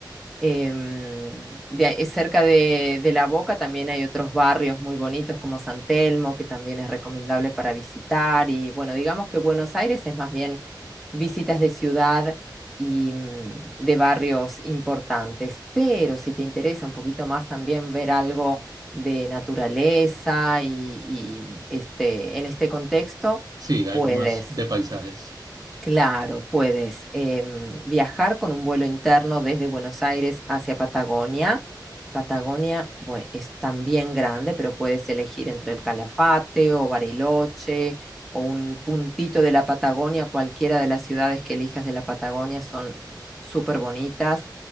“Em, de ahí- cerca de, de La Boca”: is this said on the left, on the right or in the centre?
Centre